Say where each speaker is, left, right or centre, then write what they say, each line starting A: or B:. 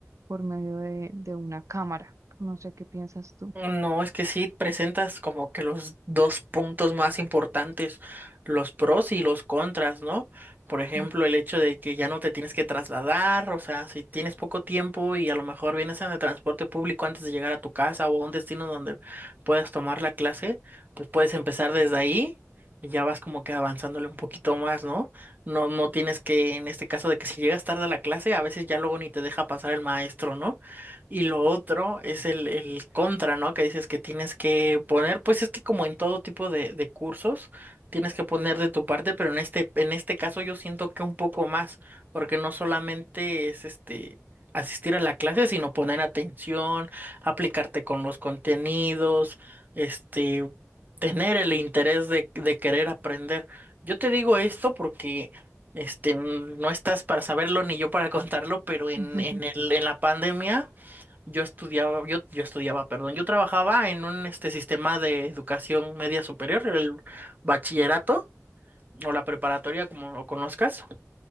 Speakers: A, on the right; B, on the right.
A: por medio de, de una cámara. No sé qué piensas tú.
B: No, es que sí presentas como que los dos puntos más importantes, los pros y los contras, ¿no? Por
A: <laughs>
B: ejemplo,
A: Mm.
B: el hecho de que ya no te tienes que trasladar, o sea, si tienes poco tiempo y a lo mejor vienes en el transporte público antes de llegar a tu casa o a un destino donde puedas tomar la clase, pues puedes empezar desde ahí y ya vas como que avanzándole un poquito más, ¿no? No, no tienes que, en este caso de que si llegas tarde a la clase, a veces ya luego ni te deja pasar el maestro, ¿no? Y lo otro es el, el contra, ¿no? Que dices que tienes que poner, pues es que como en todo tipo de, de cursos, tienes que poner de tu parte, pero en este, en este caso yo siento que un poco más, porque no solamente es este asistir a la clase, sino poner atención, aplicarte con los contenidos, este, tener el interés de, de querer aprender. Yo te digo esto porque este, no estás para saberlo ni yo para <laughs> contarlo, pero en,
A: Ujú.
B: en el, en la pandemia. Yo estudiaba, yo, yo estudiaba, perdón, yo trabajaba en un este sistema de educación media superior, el bachillerato o la preparatoria, como lo conozcas.